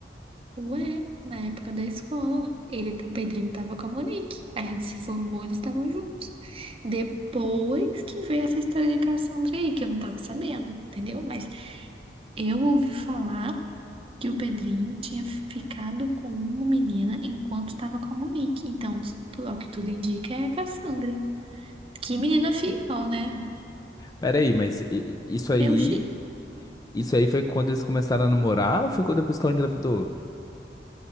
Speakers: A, on the right (about 30°); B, on the left (about 20°).
A: Ué, na época da escola, ele, o Pedrinho tava com a Monique. A gente se formou, eles estavam juntos. Depois que veio essa história de Cassandra aí, que eu não tava sabendo, entendeu? Mas eu ouvi falar. que o Pedrinho tinha ficado com uma menina enquanto estava com a Monique. Então, ao que tudo indica, é a Cassandra. Que menina fiel, né?
B: Pera aí, mas i- i- isso aí,
A: Eu achei.
B: isso aí foi quando eles começaram a namorar ou foi quando- depois que ela engravidou?